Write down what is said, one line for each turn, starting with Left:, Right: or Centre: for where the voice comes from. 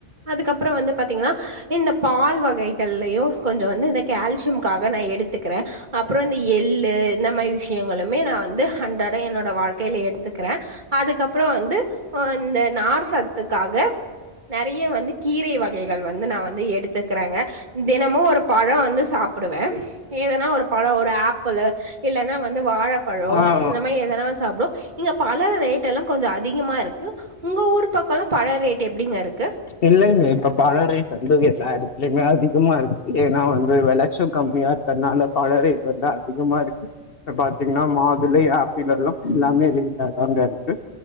Right: அதுக்கப்பறம் வந்து பாத்தீங்கன்னா இந்த பால் வகைகள்லயும் கொஞ்ச வந்து இந்த கால்சியம்காக நான் எடுத் எடுத்துக்கிறேன் அப்பறம் இந்த எள்ளு இந்த மாதிரி விஷயங்களுமே நான் வந்து அண்றாட என்னோட வாழ்க்கையில எடுத்துக்கிறேன் அதுக்கப்பறம் வந்து இந்த நார் சத்துக்காக நிறைய வந்து கீரை வகைகள் வந்து நான் வந்து எடுத்துக்கிறேங்க தினமும் ஒரு பழம் வந்து சாப்பிடுவேன் ஏதனா ஒரு பழம் ஒரு ஆப்பிள் இல்லைன்னா வந்து வாழப் பழம்
Left: ஆஹ்
Right: இந்தமாரி ஏதானா சாப்பிட இங்க பழ ரேட் எல்லாம் கொஞ்ச அதிகமா இருக்கு உங்க ஊர் பக்கம்லாம் பழ ரேட்டை எப் எப்படிங்க இருக்கு
Left: இல்ல இல்ல இப்ப பழ ரேட் வந்து எல்லா இடத்துலயுமே அதிகமா இருக்கு ஏன்னா வந்து விளைச்சு கம்மியா இருக்கிறதுனால பழ ரேட் வந்து அதிகமா இருக்கு இப்ப பாத்தீங்கன்னா மாதுல ஆப்பிள எல்லாம் எல்லாமே ரேட் தாங்க இருக்கு